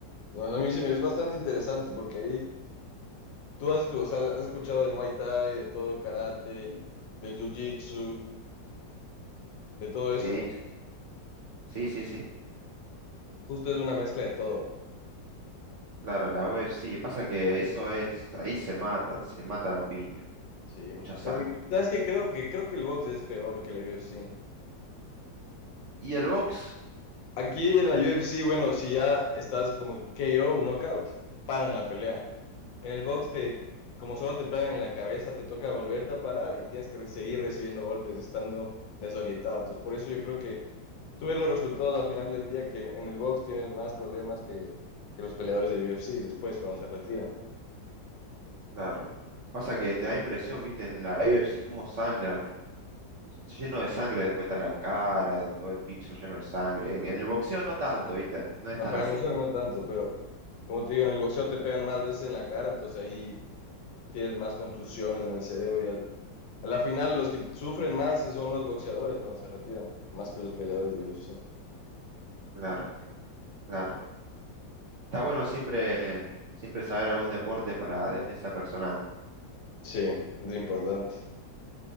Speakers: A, on the left (about 85°); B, on the right (about 65°).
A: no, a mí sí me es bastante interesante porque ahí tú has, escu- o sea, has escuchado del Muay Thai, de todo el karate, del Jiu-Jitsu, de todo
B: Sí,
A: eso.
B: sí, sí, sí.
A: Justo es una mezcla de todo.
B: Claro, la UFC. Pasa que eso es, ahí se matan, se matan a piña,
A: Sí.
B: mucha sangre.
A: Pero, ¿sabes qué? Creo que creo que el box es peor que la UFC.
B: Y el box.
A: Aquí en la UFC, bueno, si ya estás como KO, un knockout, paran la pelea. En el box te, como solo te pegan en la cabeza, te toca volverte a parar y tienes que re- seguir recibiendo golpes estando desorientado. Entonces, por eso yo creo que tú ves los resultados al final del día que en, en el box tienes más problemas que, que los peleadores de UFC después cuando se retiran.
B: Claro. Pasa que te da impresión, viste, en la UFC cómo sangran. Se- Lleno de sangre, después está la cara, todo el piso lleno de sangre. En, en el boxeo no tanto, viste, no es
A: Bajo
B: tan así.
A: en el boxeo no tanto, pero como te digo, en el boxeo te pegan más veces en la cara, entonces ahí tienes más contusiones en el cerebro y al, a la final los que sufren más son los boxeadores cuando se retiran, más que los peleadores de UFC.
B: Claro, claro. Está bueno siempre, siempre saber algún deporte para defensa personal.
A: Sí, es importante.